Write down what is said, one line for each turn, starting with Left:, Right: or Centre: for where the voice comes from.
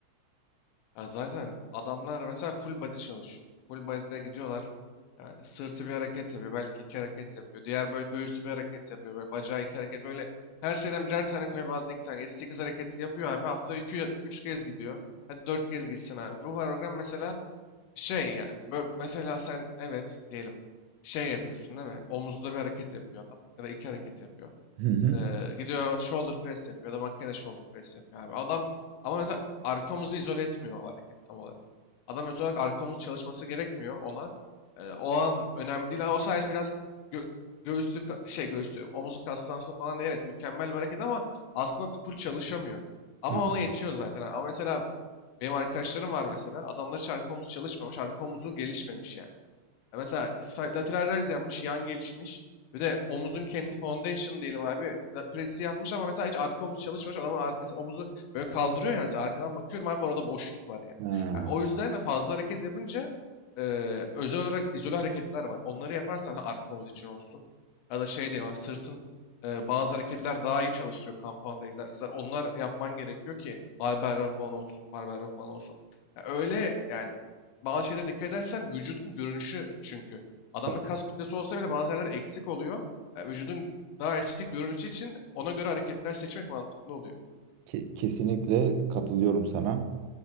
Left: Ya zaten adamlar mesela full body çalışıyor. Full body'de gidiyorlar. Yani sırtı bir hareket yapıyor. Belki iki hareket yapıyor. Diğer böyle göğüsü bir hareket yapıyor. Böyle bacağı iki hareket. Böyle her şeyden birer tane koyuyor. Bazen iki tane. yedi sekiz hareketi yapıyor abi. Hafta iki üç kez gidiyor. Hadi 4 kez gitsin abi. Bu program mesela şey yani. bö- Mesela sen evet diyelim şey yapıyorsun değil mi? Omuzda bir hareket yapıyor adam. Ya da iki hareket yapıyor.
Right: Hı hı.
Left: Ee, gidiyor shoulder press yapıyor ya da makineyle shoulder press yapıyor abi. Adam ama mesela arkomuzu izole etmiyor o hareket tam olarak. Adam özel olarak arkomuz çalışması gerekmiyor ona. Ee, o an önemli değil. O sadece biraz gö göğüslü ka- şey göğüs diyorum. Omuzu kastansın falan diye evet mükemmel bir hareket ama aslında full çalışamıyor. Ama
Right: Hı.
Left: ona yetiyor zaten. Ama mesela benim arkadaşlarım var mesela. Adamlar hiç arka omuz çalışmamış. Arka omuzu gelişmemiş yani. E, Mesela side lateral raise yapmış, yan gelişmiş. Bir de omuzun kendi foundation diyelim abi. la- Presi yapmış ama mesela hiç arka omuz çalışmamış. Adamın arkası omuzu böyle kaldırıyor ya mesela arkadan bakıyorum abi orada boşluk var ya.
Right: Ha,
Left: Ha, o yüzden de fazla hareket yapınca e, özel olarak izole hareketler var. Onları yaparsan ha, arka omuz için olsun. Ya da şey diyelim abi, sırtın e, bazı hareketler daha iyi çalıştırıyor compound egzersizler. Onlar yapman gerekiyor ki barbell raw falan olsun, barbell row falan olsun. Ya öyle yani bazı şeylere dikkat edersen vücudun görünüşü çünkü. Adamda
Right: tabii.
Left: kas kütlesi olsa bile bazı yerler eksik oluyor. E, vücudun daha estetik görünüşü için ona göre hareketler seçmek mantıklı oluyor.
Right: Ke- kesinlikle katılıyorum sana.